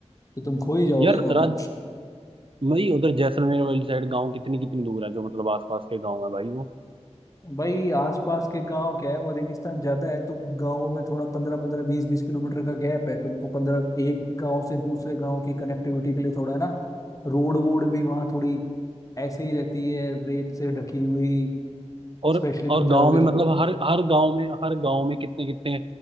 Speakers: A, on the left; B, on the right.
A: कि तुम खो ही जाओगे
B: यार
A: वहां
B: राज
A: पर
B: भाई उधर जैसलमेर वाली साइड गांव कितनी कितनी दूर है जो मतलब आसपास के गांव है भाई वो
A: भाई आसपास के गांव क्या है वो रेगिस्तान ज्यादा है तो गांवों में थोड़ा पंद्रह पंद्रह बीस बीस किलोमीटर का गैप है तुमको पंद्रह एक गांव से दूसरे गांव की कनेक्टिविटी के लिए थोड़ा है ना रोड वोड भी वहाँ थोड़ी ऐसे ही रहती है रेत से ढकी हुई
B: और
A: स्पेशली तुम
B: और
A: जाओगे
B: गांव में
A: तो
B: मतलब हर हर गांव में हर गांव में कितने कितने